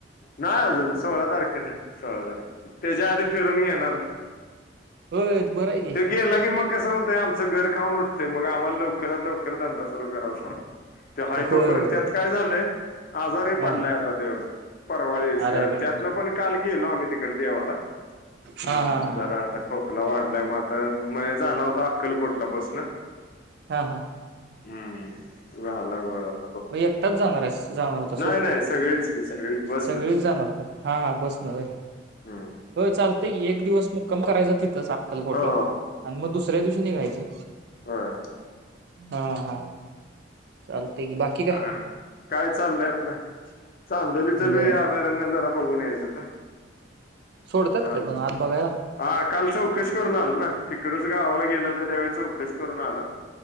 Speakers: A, on the left; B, on the right.
A: नाही अजून सोळा तारखेला सोळा तारखे त्याच्या आधी फिरून येेणार.
B: हो बर.
A: ते गेला की मग कसं होतंय आमचं घर खाऊन उठतेय मग आम्हाला लवकरात लवकर धंदा सरु करावासा वाटतोय. ते हा
B: होय
A: तोपर्यंत
B: होय होय
A: त्यात काय झालंय आजार
B: हा
A: पडलाय आता देऊ परवा दिवशी
B: अरे अरे
A: आणि
B: अरे
A: त्यातनं
B: अरे.
A: पण काल गेलो आम्ही तिकडे देवाला. हम्म
B: हा हा हा
A: जरा
B: हा.
A: आता खोकला वाढलाय मग आता म जाणर होतो अक्कलकोटला बसणं.
B: हा हा.
A: हम्म इ अलाग होळात.
B: म एकटाच जाणार आहे जाणार होत.
A: नाही सगळीच की सगळीच बस
B: सगळीच
A: ना
B: जाणार का हा हा बस न होय.
A: हम्म
B: हो चालत. एक दिवस मुक्कम करायचा तिथंच अक्कलकोटला
A: हो
B: आणि मग दुसऱ्या दिवशी निघायचं.
A: होय.
B: हा हा. चालतंय की बाकी काय
A: हा काय चाललंय आपलं. चांदोलीचं बी
B: बर
A: अभयारण्य जरा बघून यायचं आता.
B: सोडतात
A: चांगली
B: काय पण आत बघायला
A: हा काल चौकशी. करून आलं ना तिकडच गावाला गेलं होत त्यावेळी चौकशी करून आला.